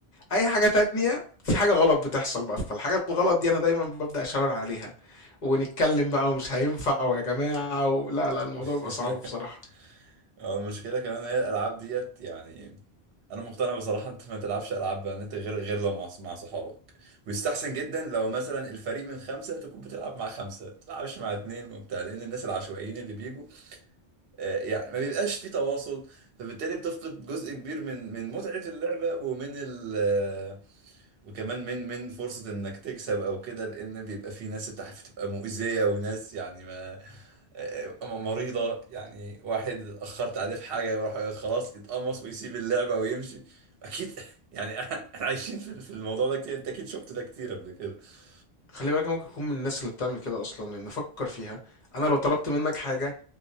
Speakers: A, on the left; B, on the right.
A: أي حاجة تانية في حاجة غلط بتحصل بقى فالحاجة الغلط دي أنا دايما ببدأ أشاور عليها ونتكلم بقى ومش هينفع ويا جماعة و... لا لا الموضوع بيبقى
B: <laughs>
A: صعب بصراحة
B: اه المشكلة كمان هي الألعاب ديت يعني أنا مقتنع بصراحة أنت ما تلعبش ألعاب بأن أنت غير غير لو مع مع صحابك ويستحسن جدا لو مثلا الفريق من خمسة تكون بتلعب مع خمسة ما تلعبش مع اتنين وبتاع لأن الناس العشوائيين اللي بيجوا آه، يعني ما بيبقاش في تواصل فبالتالي بتفقد جزء كبير من من متعة اللعبة ومن ال آه، وكمان من من فرصة انك تكسب او كده لان بيبقى في ناس انت عارف تبقى مؤذية وناس يعني ما آه، مريضة يعني واحد اتأخرت عليه في حاجة يروح خلاص يتقمص ويسيب اللعبة ويمشي اكيد <laughs> يعني احنا عايشين في في الموضوع ده كتير انت اكيد شفت ده كتير قبل كده <laughs>
A: خلي بالك أنا ممكن اكون من الناس اللي بتعمل كده اصلا لان فكر فيها انا لو طلبت منك حاجه